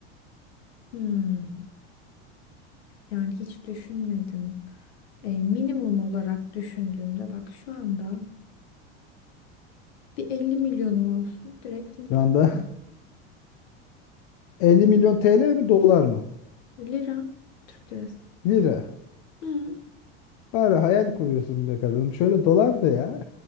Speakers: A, on the left (about 80°); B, on the left (about 65°).
A: Hmm. Yani hiç düşünmedim. E, minimum olarak düşündüğümde bak şu anda bir 50 milyonum olsun direkt mutlu
B: Şu anda
A: olurum.
B: <laughs> 50 milyon TL mi dolar mı?
A: Lira, Türk lirası.
B: Lira.
A: Hı.
B: Bari hayal kuruyorsun be kadın. Şöyle dolar da ya.